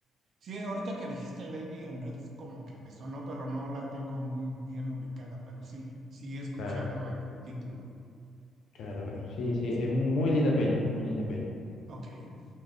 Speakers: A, on the right; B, on the left.
A: Sí, ahorita que dijiste Lady en Reds como que me sonó, pero no la tengo muy bien ubicada, pero sí, sí he escuchado
B: claro.
A: el título.
B: Claro, claro.
A: Eh,
B: Sí, sí,
A: Sí,
B: es muy, muy linda peli, muy linda peli.
A: ok. Y,